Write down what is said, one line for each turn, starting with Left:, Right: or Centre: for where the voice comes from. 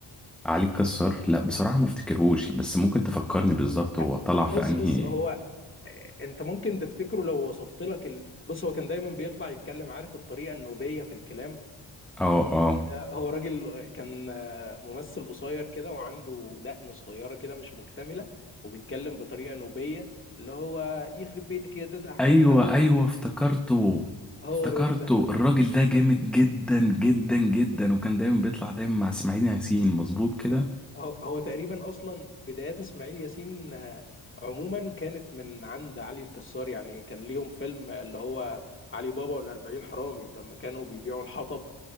Centre: علي الكسار لا بصراحة ما افتكرهوش بس ممكن تفكرني بالظبط هو
Left: آه،
Centre: طلع
Left: بص
Centre: في انهي
Left: بص هو انت ممكن تفتكره لو وصفت لك ال... بص هو كان دايما بيطلع يتكلم عارف الطريقه النوبيه في الكلام
Centre: اه اه
Left: هو راجل كان آه، ممثل قصير كده وعنده دقن صغيرة كده مش مكتملة وبيتكلم بطريقة نوبية اللي هو يخرب بيتك يا ددع
Centre: ايوه
Left: انت
Centre: ايوه افتكرته
Left: هو
Centre: افتكرته
Left: الراجل ده
Centre: الراجل ده جامد جدا جدا جدا وكان دايما بيطلع دايما مع اسماعيل ياسين مظبوط كده
Left: ب- هو هو تقريبا اصلا بدايات اسماعيل ياسين آه، عموما كانت من عند علي الكسار يعني كان ليهم فيلم اللي هو علي بابا والأربعين حرامي لما كانوا بيبيعوا الحطب